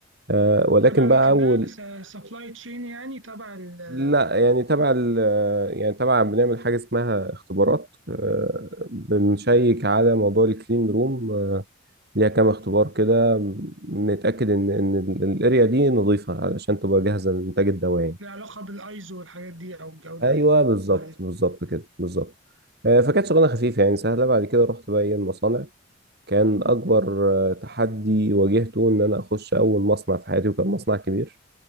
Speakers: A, on the right; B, on the right.
A: آه، ولكن
B: تبع
A: بقى
B: كأنها
A: أول
B: سبلاي تشين يعني تبع ال-
A: لا يعني تبع ال يعني تبع بنعمل حاجة اسمها اختبارات آه، بنشيك على موضوع الكلين روم آه، ليها كام اختبار كده بنتأكد ان ان ال- الاريا دي نظيفة علشان تبقى جاهزة للإنتاج الدواعي
B: العلاقة بالايزو والحاجات دي او الجودة
A: ايوه
B: يعني
A: بالظبط
B: كواليتي
A: بالظبط كده بالظبط آه، فكانت شغلانه خفيفه يعني سهله بعد كده رحت بقى ايه المصانع كان اكبر آه، تحدي واجهته ان انا اخش اول مصنع في حياتي وكان مصنع كبير